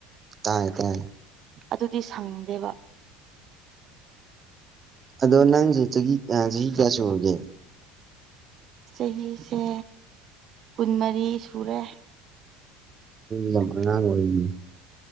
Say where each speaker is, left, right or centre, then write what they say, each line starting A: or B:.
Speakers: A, on the right (about 35°); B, on the right (about 50°).
A: ꯇꯥꯏ ꯇꯥꯏ
B: ꯑꯗꯨꯗꯤ ꯁꯪꯗꯦꯕ
A: ꯑꯗꯣ ꯅꯪꯖꯦ ꯆꯍꯤ ꯀꯌꯥ ꯆꯍꯤ ꯀꯌꯥ ꯁꯨꯔꯒꯦ
B: ꯆꯍꯤꯁꯦ ꯀꯨꯟꯃꯔꯤ ꯁꯨꯔꯦ
A: ꯌꯥꯝ ꯑꯉꯥꯡ ꯑꯣꯏꯔꯤ